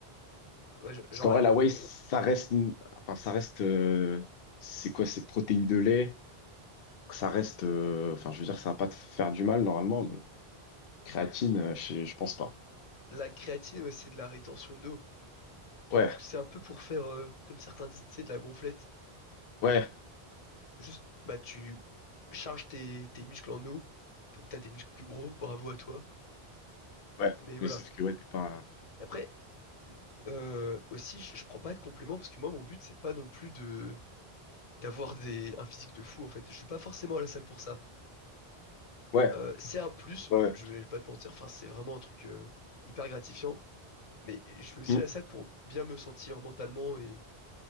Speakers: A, on the left (about 35°); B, on the left (about 65°).
A: Ouais, je-
B: Parce
A: genre
B: qu'en
A: la,
B: vrai, la whey, ça reste, enfin, ça reste, euh, c'est quoi, c'est protéines de lait. Donc, ça reste, euh, enfin, je veux dire, ça va pas te faire du mal normalement, mais créatine, euh, je, je pense pas.
A: la créatine, ouais, c'est de la rétention d'eau.
B: Ouais,
A: Du coup, c'est un peu pour faire, euh, comme certains disent, tu sais, de la gonflette.
B: ouais,
A: Juste, bah, tu charges tes, tes muscles en eau. Donc, t'as des muscles plus gros. Bravo à toi.
B: ouais.
A: Mais voilà.
B: Mais sauf que ouais, t'es pas,
A: Et après, euh, aussi, je, je prends pas de compléments parce que moi, mon but, c'est pas non plus de d'avoir des un physique de fou en fait. Je suis pas forcément à la salle pour ça.
B: ouais,
A: Euh, c'est un plus,
B: ouais, ouais.
A: je vais pas te mentir, enfin c'est vraiment un truc euh, hyper gratifiant, mais je vais aussi
B: Mm,
A: à la salle pour bien me sentir mentalement et,